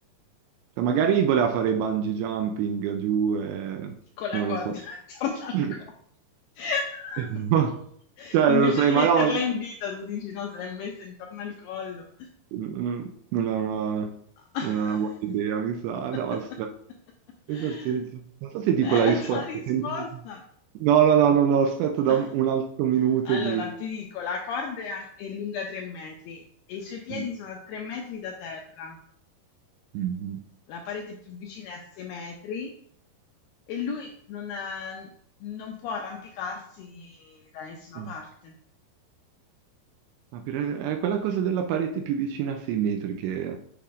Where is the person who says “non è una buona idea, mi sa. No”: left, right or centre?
Right